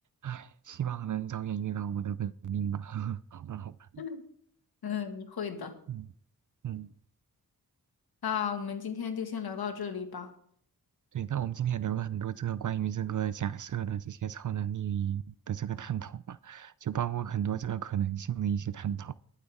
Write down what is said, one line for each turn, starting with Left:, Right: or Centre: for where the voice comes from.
Right: 哎，希望能早点遇到我的本命吧。<laughs> 好吧，好吧。
Left: <laughs> 嗯，你会的。
Right: 嗯嗯，
Left: 那我们今天就先聊到这里吧。
Right: 对，那我们今天也聊了很多这个关于这个假设的这些超能力的这个探讨嘛，就包括很多这个可能性的一些探讨。